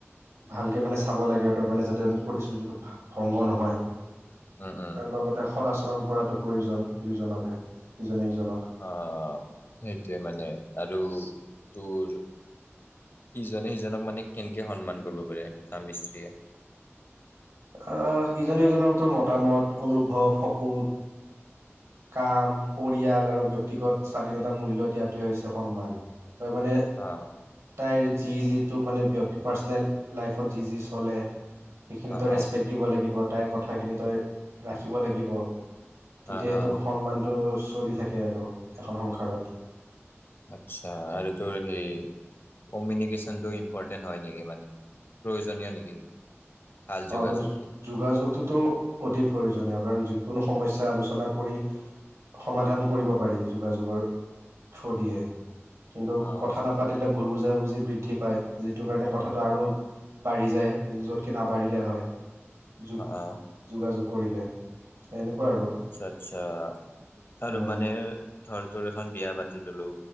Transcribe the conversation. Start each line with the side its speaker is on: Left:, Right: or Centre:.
Right: ভালকে মানে চাব লাগে আৰু তাৰ মানে যাতে প্ৰতিশ্ৰুতিটো ভংগ নহয়
Left: উম উম
Right: লগতে সদ আচৰণ কৰাতো প্ৰয়োজন দুইজনকে ইজনে সিজনক।
Left: আহ সেইটোৱে মানে আৰু তোৰ ইজনে সিজনক মানে কেনেকে সন্মান কৰিব পাৰে স্বামী স্ত্ৰীয়ে
Right: আহ ইজনে সিজনৰ তোৰ মতামত অনুভৱ সপোন কাম পৰিয়াল আৰু ব্যক্তিগত স্বাধীনতাক মূল্য দিয়াটোৱে হৈছে সন্মান তই মানে
Left: হা
Right: টাই যি যিটোোৰ মানে ব্যক্তি পাৰ্চনেল লাইফত যি যি চলে সেইখিনি
Left: অ',
Right: তই ৰেচপেক্ট
Left: অ',
Right: দিব লাগিব তাইৰ কথাখিনি তই ৰাখিব লাগিব তেতিয়াই
Left: অ অ
Right: তোৰ সন্মানটো চলি থাকে আৰু এখন সংসাৰত
Left: আচ্ছা আৰু তোৰ সেই কমিউনিকেশ্যনটো ইম্পৰটেণ্ট হয় নেকি মানে প্ৰয়োজনীয় নেকি ভাল যোগাযোগটো।
Right: অ ত যোগাযোগটোতো অতি প্ৰয়োজনীয় কাৰণ যিকোনো সমস্যা আলোচনা কৰি সমাধান কৰিব পাৰি যোগাযোগৰ থ দিয়ে কিন্তু
Left: অ',
Right: কথা নাপাতিলে ভুল বুজাবুজি বৃদ্ধি পায় যিটো কাৰণে কথাটো আৰু
Left: অ',
Right: বাঢ়ি যায় য'তকৈ নাবাঢ়িলে হয় যোগ
Left: অ',
Right: যোগাযোগ কৰিলে এনেকুৱা আৰু
Left: আচ্ছা আচ্ছা আৰু
Right: উম
Left: মানে থৰটোোৰ এখন বিয়া পাতি ললো